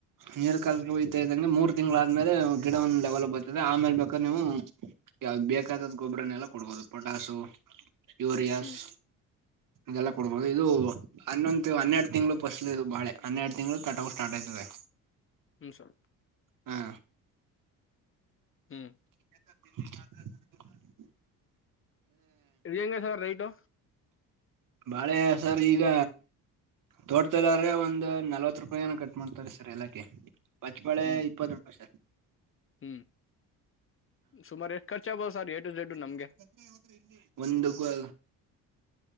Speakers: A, on the right (about 60°); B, on the left (about 35°).
A: ನೀರು ಕಾಲ ಹಯ್ತಾ ಇದಂಗೆ ಮೂರು ತಿಂಗಳಾದ್ಮೇಲೆ ಗಿಡ ಒಂದು ಲೆವೆಲ್ ಬರ್ತದೆ ಆಮೇಲೆ ಬೇಕಾದ ನೀವು ಯಾವ ಬೇಕಾದದ ಗೊಬ್ಬರನ್ನೆಲ್ಲ ಕೊಡ್ಬೋದು ಪೊಟಾಸು ಯೂರಿಯಸ್
B: ಹ್ಮ್ ಹ್ಮ್
A: ಇದೆಲ್ಲ ಕೊಡ್ಬೋದು ಇದು ಹನ್ನೊಂದು ಹನ್ನೆರಡು ತಿಂಗಳು ಬಸ್ ಇದು ಬಾಳ ಹನ್ನೆರಡು ತಿಂಗಳು ತಟ ಸ್ಟಾರ್ ಆಯ್ತದೆ
B: ಹ್ಮ್ ಸಲ್
A: ಹ್ಮ
B: ಹ್ಮ್
A: ತ <inaudible>
B: ಇ ಹೆಂಗ ಸರ್ ರೈಟ್
A: ಬಾಳೆ ಸರ್ ಈಗ ತೋಡ್ತದ್ರೆ ಒಂದ ನಲ್ವತ್ ರೂಪಾಯಏನ ಕಟ್ ಮಾಡ್ತಾರೆ ಸರ್ ಎಲ್ಲಾಕ ಪಚ್ಚಬಳೆ
B: ಹ್ಮ್
A: ಇಪ್ಪತ್ತು ರೂಪಾಯಿ ಸರ್
B: ಹ್ಮ್ ಸುಮಾರು ಎಸ್ಟ್ ಖರ್ಚ್ ಆಗಬೋದು ಸರ್ ಎ ಟು ಝೆಡ್
A: <unintelligible>
B: ನಮ್ಗೆ
A: ಒಂದುವ